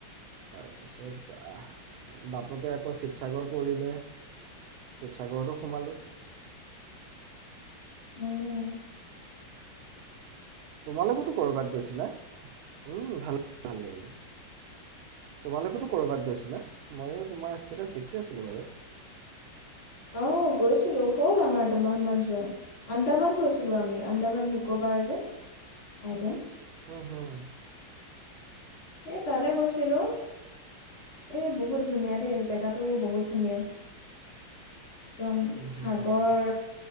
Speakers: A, on the right (about 90°); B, on the left (about 75°).
A: তাৰপিছত অহ বাটতে আকৌ চিপ চি সাগৰ কৰিলে শিৱসাগৰতো সোমালোঁ।
B: উম।
A: তোমালোকতো ক'ৰবাত গৈছিলা। উম, ভাল‌ ভালেই। তোমালোকেতো ক'ৰবাত গৈছিলা, ময়ো তোমাৰ ষ্টেটাছ দেখি আছিলোঁ বাৰু।
B: অ', গৈছিলো হ'ল আমাৰ দুমাহ মান যোৱা আন্দামান গৈছিলো আমি আন্দামান নিকোবাৰ যে আইলেণ্ড।
A: হম, হম।
B: এ, তালৈ গৈছিলো, এ বহ বহুত ধুনীয়া দেই জেগাতো বহুত ধুনীয়া। একদম
A: হুম
B: সাগৰ
A: হুম হুম